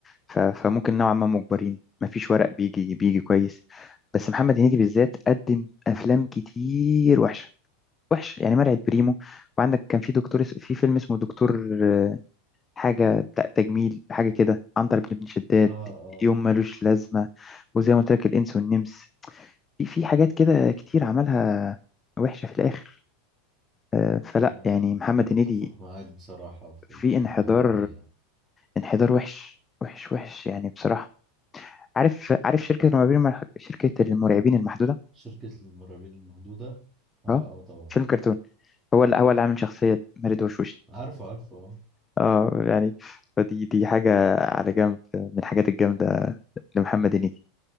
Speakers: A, on the left (about 20°); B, on the right (about 15°).
A: ف- فممكن نوعا ما مجبرين مفيش ورق بيجي بيجي كويس بس محمد هنيدي بالذات قدم افلام كتير وحشة وحش يعني مرعي بريمو وعندك كان في دكتور اس- في فيلم اسمه دكتور آه، حاجة ت- تجميل حاجة كده عنتر بن ابن شداد
B: <laughs> آه آه
A: يوم ملوش لازمة وزي ما قلت لك الإنس والنمس في في حاجات كده كتير عملها وحشة في الآخر آه، فلا
B: أنا
A: يعني محمد
B: متفق
A: هنيدي
B: معاك بصراحة في
A: في
B: ال-
A: انحدار
B: في النقطة دي يعني
A: انحدار وحش وحش وحش يعني بصراحة عارف عارف شركة المرعبين المح- شركة المرعبين المحدودة
B: شركة المرعبين المحدودة آه
A: اه
B: آه طبعا
A: فيلم كرتون هو اللي هو اللي عامل شخصية مارد وشوشني
B: عارفه عارفه آه
A: اه يعني فدي دي حاجة على جنب من الحاجات الجامدة لمحمد هنيدي